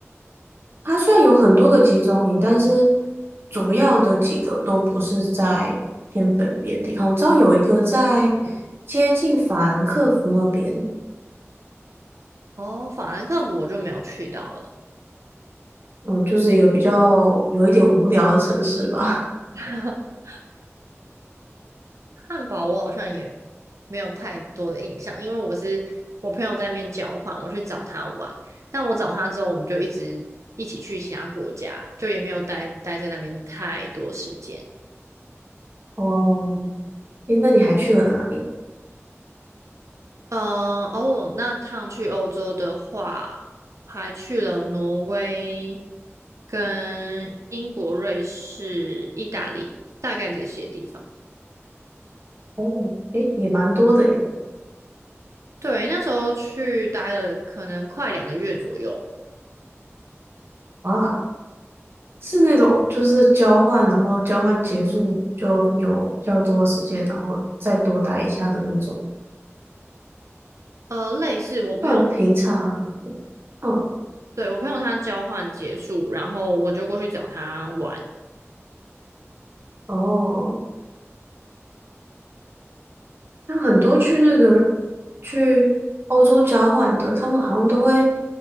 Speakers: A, on the right; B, on the right.
A: 它虽然有很多个集中营，但是主要的几个都不是在偏北边的地方。我知道有一个在接近法兰克福那边，
B: 哦，法兰克福我就没有去到了。
A: 嗯，就是一个比较有一点无聊的城市吧。
B: <laughs> 汉堡我好像也没有太多的印象，因为我是我朋友在那边交换，我去找他玩。但我找他之后，我们就一直一起去其他国家，就也没有待待在那边太多时间。
A: <laughs> 哦，诶，那你还去了哪里？
B: 嗯，哦，那趟去欧洲的话，还去了挪威、跟英国、瑞士、意大利，大概这些地方。
A: 哦，诶，也蛮多的耶。
B: 对，那时候去待了可能快两个月左右。
A: 啊，是那种就是交换，然后交换结束就有比较多时间，然后再多待一下的那种。
B: 呃，类似我朋友
A: 不然平常，嗯，
B: 对，我朋友他交换结束，然后我就过去找他玩。
A: 哦，像很多去那个去欧洲交换的，他们好像都会